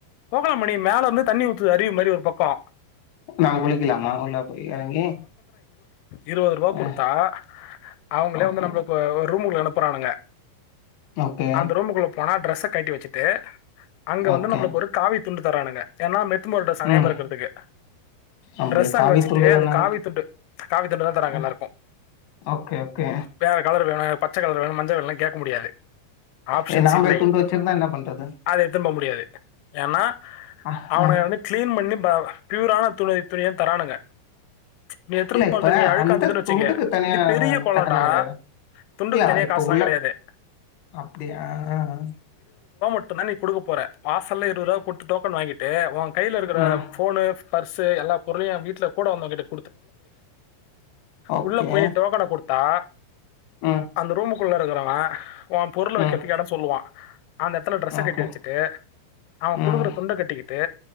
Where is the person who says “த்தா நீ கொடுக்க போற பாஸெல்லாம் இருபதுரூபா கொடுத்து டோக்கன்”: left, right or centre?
Left